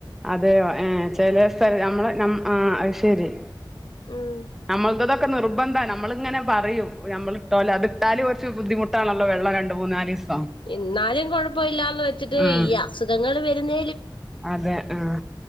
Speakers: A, in the centre; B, on the left.
A: അതെയോ ഏന് ചെറിയ സ്ഥലം നമ്മളെ ന അത് ശരി.
B: ഉം
A: നമ്മളന്തത ക്കെ നിർബന്ധ നമ്മളിങ്ങന പറയും നമ്മളിട്ടോലെ അത് ഇട്ടാല് കുറച്ച് ബുദ്ധിമുട്ടാണല്ലോ വെള്ളം രണ്ട് മൂന്നാലീസ്
B: എന്നാലും കൊഴപ്പമില്ലാന്ന് വെച്ചിട്ട്
A: ആഹ്
B: ഈ അസുഖങ്ങൾ വെരുന്ന
A: അതെ ആ